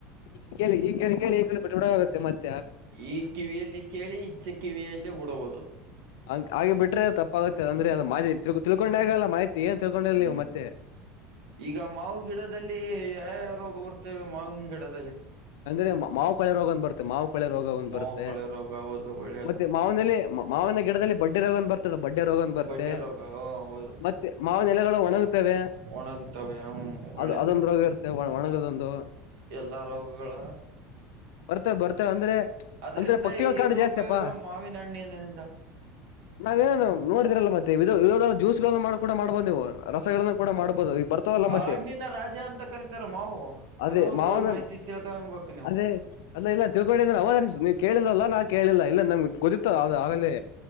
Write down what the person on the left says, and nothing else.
ಈ ಕೇಳಿ ಈ ಕೇಳಿ ಕೇಳಿ ಈ ಕಡೇ ಬಿಟ್ಬಡಬೇಕಾಗುತ್ತೇ
ಅ ಹಾಗೆ ಬಿಟ್ರೆ ತಪ್ಪಾಗುತ್ತೆ ಅಂದ್ರೆ ಅದು ಮಾಿ ತಿ ತಿಳ್ಕೊಂಡೆ ಆಗಲ್ಲ ಮಾಹಿತಿ ಏನ್ ತಿಳ್ಕೊಂಡಿರ್ಲ್ಲ
ನೀವು ಮತ್ತೆ
ಅಂದ್ರೆ ಮಾವು ಕಳೆ ರೋಗ ಒಂದ್ ಬರುತ್ತೆ ಮಾವು ಕಳೆ ರೋಗ ಒಂದ್
ಬರುತ್ತೆ
ಮತ್ತೆ ಮಾವನಲ್ಲಿ ಮಾವಿನ ಗಿಡದಲ್ಲಿ ಬಡ್ಡಿ ರೋಗನ್ ಬರ್ತಳ ಬಡ್ಡ ರೋಗಂದ ಬರುತ್ತೆ
ಮತ್ತೆ ಮಾವನೆಲೆಗಳು ಒಣಗುತ್ತವೆ
ಅದು ಅದೊಂದ್ ರೋಗ ಇರುತ್ತೆ ಒಣಗದೊಂದು
ಬರ್ತೇ ಬರ್ತವೆ ಅಂದ್ರೆ
ಅಂದ್ರೆ ಪಕ್ಷಿಗಳ ಕಾಡು
ಜಾಸ್ತಿ
ಅಪ್ಪಾ
ನಾವೇಏನು ನೋಡಿದ್ರರಲ್ಲ ಮತ್ತೆ ಜ್ಯೂಸ್ ಗಳನ್ನು ಮಾಡ ಕೂಡ ಮಾಡ್ಬೋದು ನೀವು ರಸಗಳನ್ನು ಕೂಡ ಮಾಡ್ಬೋದು ಬರ್ತಾವಲ್ಲ
ಮತ್ತೆ
ಅದೇ
ಮಾವನ
ಅದೇ ಅಲ್ಲ ಇಲ್ಲ ತಿಳ್ಕೊಂಡಿದ್ರೆ ಅವಧಾನರಿಸತು ನೀವು್ ಕೇಳಿದವಲ್ಲ ನಾ್ ಕೇಳಿಲ್ಲ ಇಲ್ಲ ನಮ್ಗೆ ಗೊತ್ತತ್ತು ಆಗಲೇ